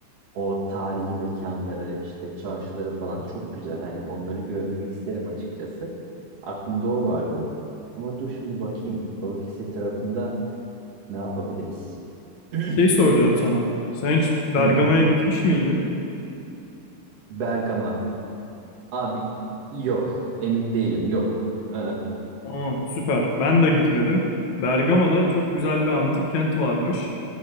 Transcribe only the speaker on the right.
o tarihi mekanları işte çarşıları falan çok güzel. Hani onları görmeni isterim açıkçası. Aklımda o vardı. Ama dur şimdi bakayım. Balıkesir tarafında ne yapabiliriz? <clears throat>
Hı,
Bergama. Abi yok. Emin değilim. Yok. Hı hı.